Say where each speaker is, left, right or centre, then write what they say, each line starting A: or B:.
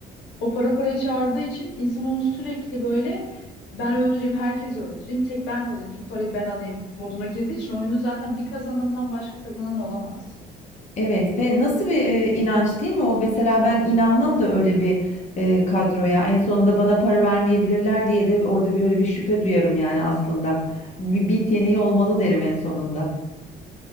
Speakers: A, on the left; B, on the left.
A: O para parayı çağırdığı için insanoğlu sürekli böyle ben öldüreyim, herkesi öldüreyim, tek ben kalayım, tüm parayı ben alayım moduna girdiği için oyunu zaten bir kazanandan başka kazanan olamaz.
B: Evet ve nasıl bir e, inanç değil mi o? Mesela ben inanmam da öyle bir e, kadroya. En sonunda bana para vermeyebilirler diye de orada böyle bir şüphe duyarım yani aslında. Bir, bir yeteneği olmalı derim en sonunda.